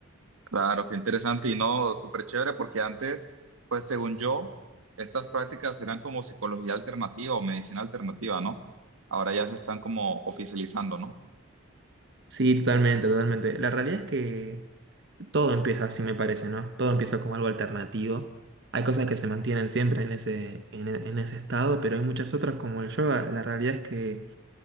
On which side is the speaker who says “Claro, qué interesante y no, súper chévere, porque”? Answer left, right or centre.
Right